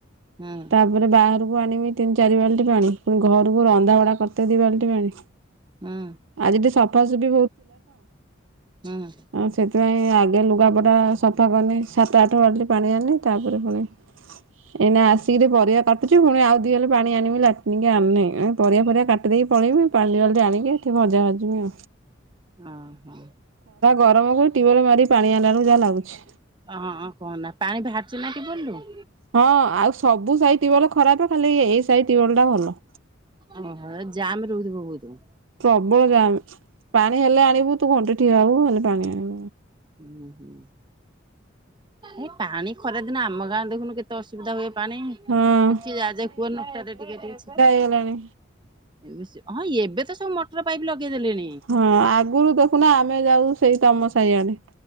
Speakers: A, on the right (about 25°); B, on the right (about 75°).
A: ହୁଁ
B: ତାପରେ ବାହାରକୁ ଆଣିବି ତିନି ଚାରି ବାଲ୍ଟି ପାଣି, ପୁଣି ଘରକୁ ରନ୍ଧା ବଡା କରିତେ ଦି ବାଲ୍ଟି ପାଣି।
A: ହୁଁ
B: ଆଜି ଟିକେ ସଫାସଫି
A: ହୁଁ।
B: ଆଁ ସେଥିପାଇଁ ଆଗେ ଲୁଗାପଟା ସଫା ସାତ ଆଠ ବାଲ୍ଟି ପାଣି ଆଣିଲି ତାପରେ ପୁଣି ଏଇନା ଆସିକିରି ପରିବା କାଟୁଚି, ପୁଣି ଆଉ ଦି ଗଲେ ପାଣି ଆଣିବି ଲାଟିନିକି ଆଣିନି ପରିବା ପରିବା କା କାଟିଦେଇକି ପଳେଇବି ପାଣି ଦିବାଲ୍ଟି ଆଣିକି ସେଠି ଭଜା ଭାଜିବି।
A: ଓ ହୋ।
B: ଗରମ କୁ ଟ୍ୟୁଲ୍ ମାରି ପାଣି ଆଣିଲାବେଳକୁ ଯାହା ଲାଗୁଛି।
A: ଅ କହ ନା, ପାଣି ବାହାରୁଛିନା ଟିଅ ଲୁରୁ?
B: ହଁ ଆଉ ସବୁ ସାଇ ତିୱାଲ ଖରାପ ଖାଲି ଏଇ ସାଇ ଟିୱଲଟା ଭଲ।
A: ଓହୋ ଜାମ ରହୁଥିବ ବହୁତ।
B: ପ୍ରବଳ ଜାମ। ପାଣି ହେଲେ ଆଣିବୁ ତୁ ଘଣ୍ଟେ ଠିଆ ହବୁ ହେଲେ ପାଣି ଆଣିବୁ।
A: ହୁଁ ହୁଁ ଏଇ ପାଣି ଖରାଦିନ ଆମ ଗାଁ ଦେଖନୁ କେତେ ଅସୁବିଧା ହୁଏ ପାଣି। ଶୁଖି
B: ହଁ
A: ଯାହା ଯା କୁହ ନାରେ ଟିକେ ଠିକ
B: ଚଲଣି?
A: ଏବେ ହଁ ଏବେ ତ ସବୁ ମୋ ପାଇପ ଲଗାଇଦେଲେଣି?
B: ହଁ ଆଗରୁ ଦେଖୁନା ଆମେ ଯାଉ ସେଇ ତମ ସାହିଆଡେ